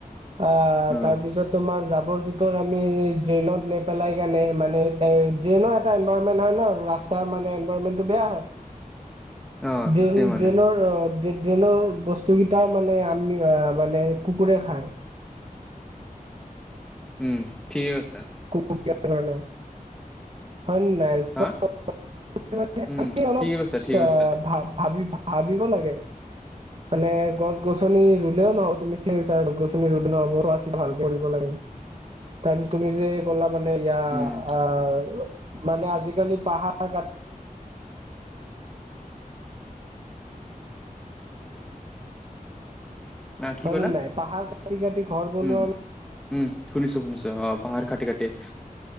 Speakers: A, on the right; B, in the centre.
A: আঁহ'
B: অ
A: তাৰপিছত- তোমাৰ জাবৰ-জোথৰ আমি- ড্ৰেইনত নেপেলাই কাৰণে মানে এ' ড্ৰেইনৰ এটা এনভাৰমেন্ট হয় ন' ৰাস্তা- তাৰ মানে এনভাৰণমেটটো বেয়া হয়।
B: <inaudible>
A: ড্ৰেইন
B: সেইটোৱে মানে
A: ড্ৰেইনৰ ৰ', ড্ৰেন ড্ৰেনৰ বস্তু কেইটাও মানে আমি আ মানে কুকুৰে খায়।
B: উম ঠিকে কৈছা।
A: <unintelligible> হয় নে নাই? <unintelligible>
B: হা উম
A: আমি অলপ
B: ঠিকে কৈছা ঠিকে
A: চ'
B: কৈছা
A: ভা-ভাবি- ভাবিব লাগে। মানে গছ-গছনি ৰুলেও নহয় তুমি <unintelligible> গ-গছিন ৰুলে নহ'ব <unintelligible> ভাল কৰিব লাগে, তাৰপিছত তুমি যে কলা মানে ইয়া
B: উম
A: আহ মানে আজিকালি পাহাৰ কা
B: <inaudible>
A: হয়
B: ক'লা
A: নে নাই? পাহাৰ কাটি কাটি ঘৰ বনোৱা
B: উম উম শুনিছো, শুনিছো অ' পাহাৰ কাটি কাটি